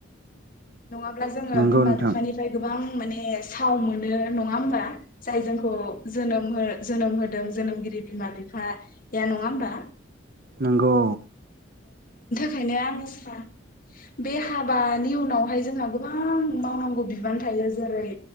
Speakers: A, on the left (about 45°); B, on the right (about 55°).
A: नङाब्ला जोङो
B: नंगौ
A: बिमा
B: नोंथां
A: बिफानिफ्राय गोबां माने ए साव मोनो नङा होमबा? जाय जोंखौ जोनोम हो जोनोम होदों जोनोमगिरि बिमा बिफाया नङा होमबा?
B: नोंगौ।
A: ओंखायनो आं सानो बे हाबानि उनावहाय जोंहा गोबां मावनांगौ बिबान थायो जेरै